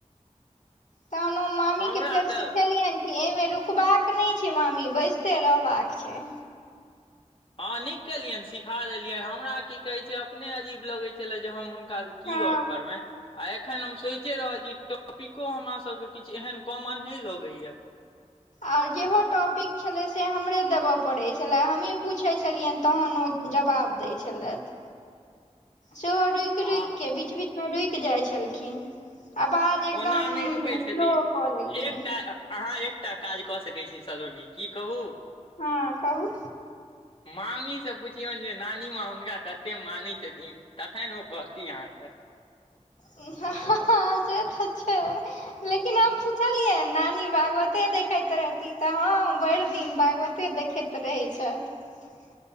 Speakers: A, on the left; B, on the left.
A: तखन ओ मामी
B: हमरा
A: के फेर
B: तऽ
A: सिखेलियैन एहिमे रुकबाक नहि छै मामी बैजते रहबाक छै।
B: हँ नीक केलियनि सीखा देलियनि, हमरा की कहैत छै अपने अजीब लगैत छले जे हम हु का की
A: हँ
B: गप करबैन। आ एखन हम सोचिए रहल छी, टॉपिको हमरा सभके किछु एहन कॉमन नहि लगैए।
A: आर जेहो टॉपिक छलै से हमरा हमरे देब पड़ै छलै, हमहीँ पूछै छलियनि तखन ओ जवाब दै छलैथ। सेहो रुकि
B: हँ
A: रुकि के, बीच बीचमे रुकि जाइत छलखिन। आवाज एकदम
B: ओना नहि रुकै छथिन,
A: स्लो कऽ लेलखिन
B: एकटा अहाँ एक टा काज क सकैत छी सलोनी, की कहू
A: हँ कहू।
B: मामीसे पुछियौन जे नानी माँ हुनका कतेक मानै छथिन, तखैन ओ कहती अहाँके।
A: <unintelligible> से त छै, लेकिन हम सोचलियै नानी मा के, ओतै देखैत रहती हँ भरि दिन भागवते देखैत रहै छथि।